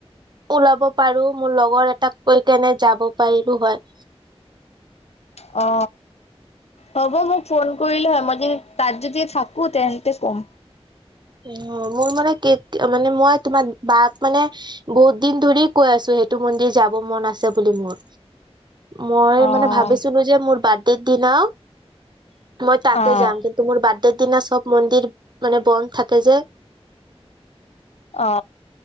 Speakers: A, on the right; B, on the left.
A: ওলাব পাৰো মোৰ লগৰ এটাক কৈ কেনে যাব পাৰিলো হয়
B: অ হ'ব মোক ফোন কৰিলে হয় মই য তাত যদি থাকো তেন্তে ক'ম
A: উ মোৰ মানে মানে মই তোমাৰ বাক মানে বহুত দিন ধৰি কৈ আছো সেইটো মন্দিৰ যাব মন আছে বুলি মোৰ মই
B: অ',
A: মানে ভাবিছিলো যে মোৰ বাৰ্থডেৰ দিনাও মই তাতে
B: অ',
A: যাম কিন্তু মোৰ বাৰ্থডেৰ দিনা সব মন্দিৰ মানে বন্ধ থাকে যে
B: অ